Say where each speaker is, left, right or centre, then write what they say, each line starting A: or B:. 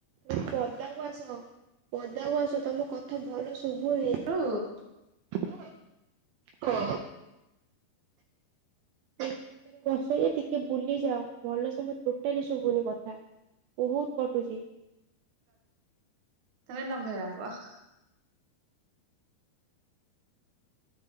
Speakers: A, on the right; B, on the right.
A: ତ ପଦାକୁ ଆସ, ପଦାକୁ ଆସ ତମ କଥା ଭଲ ସୁବୁନି
B: ଭିତରୁ
A: କ ଏ ଛାତରେ ବସ ଯେ ଟିକେ ବୁଲିଯାଅ ଭଲ ସେ ଟୋଟାଲି ଶୁଭୁନି କଥା। ବୋହୁତ୍ କଟୁଛି।
B: ତମ ତମ ରବ <unintelligible>